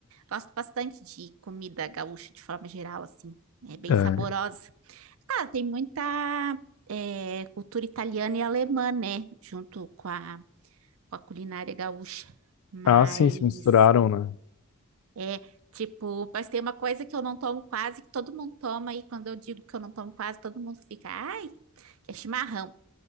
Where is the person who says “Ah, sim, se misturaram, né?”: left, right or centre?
Left